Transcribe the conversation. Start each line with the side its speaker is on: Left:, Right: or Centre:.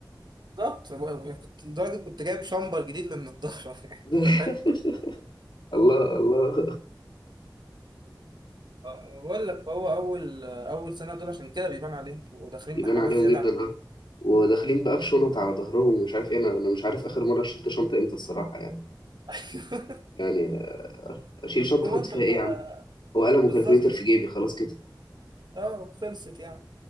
Right: بالظبط كنت لدرجه كنت جايب شامبر جديد للنضاره
Left: <laughs>
Right: <laughs> يعني
Left: ده
Right: انت فاهم
Left: الله الله
Right: أه، بقول لك فهو اول اول سنه دول عشان كده بيبان عليهم وداخلين
Left: يبان
Right: بحماس
Left: عليهم
Right: زياده
Left: جدا
Right: عن
Left: اه وداخلين بقى بشنط على ظهرهم ومش عارف ايه انا انا مش عارف اخر مره شلت شنطه امتى الصراحه يعني
Right: <laughs>
Left: يعني اشيل شنطه
Right: هو
Left: احط
Right: انت
Left: فيها
Right: بتبقى
Left: ايه يا عم هو قلم وكالكوليتر
Right: بالظبط
Left: في جيبي خلاص كده
Right: اه خلصت يعني